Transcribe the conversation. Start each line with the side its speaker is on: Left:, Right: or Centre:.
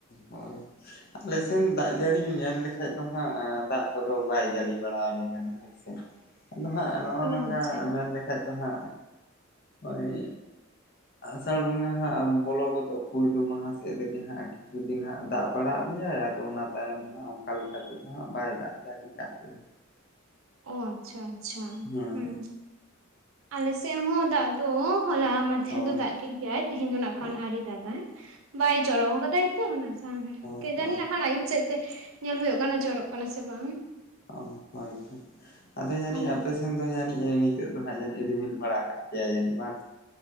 Left: ᱦᱳᱭ ᱟᱞᱮ ᱥᱮᱱ ᱫᱟᱜ ᱡᱟᱹᱲᱤ ᱧᱮᱞ ᱞᱮᱠᱷᱟᱡ ᱫᱚ ᱦᱟᱸᱜ, ᱟ ᱫᱟᱜ ᱠᱚᱫᱚ ᱵᱟᱭ ᱡᱟᱹᱲᱤ ᱵᱟᱲᱟᱞᱮ ᱠᱟᱱᱟ᱾ ᱦᱳᱭ ᱥᱮ ᱟᱫᱚ ᱦᱟᱸᱜ ᱱᱚᱜ-ᱚ
Right: ᱚ
Left: ᱱᱚᱝᱠᱟ
Right: ᱟᱪᱪᱷᱟ
Left: ᱢᱮᱱ ᱞᱮᱠᱷᱟᱡ ᱫᱚ ᱦᱟᱸᱜ ᱳᱭ ᱟᱥᱟᱲ ᱵᱚᱸᱜᱟ ᱦᱟᱸᱜ ᱵᱚᱞᱚ ᱜᱚᱫᱚᱜ ᱯᱩᱭᱞᱳ ᱢᱟᱦᱟ ᱥᱮᱫ ᱨᱮᱜᱮ᱾ ᱟᱨ ᱠᱤᱪᱷᱩ ᱫᱤᱱ ᱦᱟᱸᱜ ᱫᱟᱜ ᱵᱟᱲᱟᱜ ᱞᱮᱭᱟᱭ ᱟᱫᱚ ᱚᱱᱟ ᱛᱟᱭᱚᱢ ᱫᱚ ᱦᱟᱸᱜ ᱚᱱᱠᱟ ᱞᱮᱠᱟᱛᱮᱫᱚ ᱦᱟᱸᱜ ᱵᱟᱭ ᱫᱟᱜ ᱡᱟᱹᱲᱤ ᱠᱟᱜ ᱞᱮᱭᱟ᱾
Right: ᱚᱻ ᱟᱪᱪᱷᱟ ᱟᱪᱪᱷᱟ
Left: ᱦᱮᱸ
Right: ᱦᱩᱸ᱾ ᱟᱞᱮ ᱥᱮᱫ ᱦᱚᱸ ᱫᱟᱜ ᱫᱚ ᱦᱚᱞᱟ ᱢᱟᱱ ᱛᱮᱦᱮᱧ
Left: ᱦᱳᱭ
Right: ᱫᱚ ᱫᱟᱜ ᱠᱮᱜ ᱜᱮᱭᱟᱭ, ᱛᱮᱦᱮᱧ ᱫᱚ ᱱᱟᱜᱠᱷᱟᱱ
Left: ᱦᱳᱭ
Right: ᱟᱹᱣᱨᱤ ᱫᱟᱜᱟᱭ, ᱵᱟᱭ ᱡᱚᱨᱚᱣ ᱠᱟᱫᱟᱭ᱾ ᱛᱚ ᱚᱱᱟ ᱥᱟᱶᱦᱮᱫ᱾
Left: ᱦᱳᱭ
Right: ᱠᱮᱡᱟᱱᱤ
Left: ᱦᱳᱭ
Right: ᱱᱟᱜᱠᱷᱟᱱ ᱟᱹᱩᱵ ᱥᱮᱫ ᱛᱮ ᱧᱮᱞ ᱦᱩᱭᱩᱜ ᱠᱟᱱᱟ ᱡᱚᱨᱚᱜ ᱠᱟᱱᱟ ᱥᱮ ᱵᱟᱝ᱾
Left: ᱚ ᱦᱳᱭᱛᱚ ᱟᱫᱚ ᱡᱟᱹᱱᱤᱡ
Right: ᱚ
Left: ᱟᱯᱮ ᱥᱮᱱᱫᱚ ᱡᱟ. ᱱᱤᱡ ᱮ ᱱᱤᱛ ᱱᱤᱛᱚᱜ ᱫᱚ ᱦᱟᱸᱜ ᱡᱟ. ᱱᱤᱡ-ᱮ ᱨᱤᱢᱤᱞ ᱵᱟᱲᱟ ᱮᱠᱟᱜ ᱯᱮᱭᱟᱭ ᱡᱟ. ᱱᱤᱡ ᱵᱟᱝ?